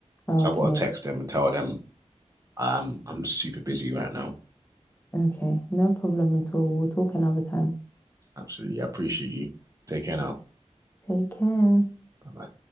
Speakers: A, on the left; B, on the right.
A: Okay.
B: So I've got to text them and tell them um I'm super busy right now.
A: Okay. No problem at all. We'll talk another time.
B: Absolutely. I appreciate you. Take care now.
A: Take care.
B: Bye-bye.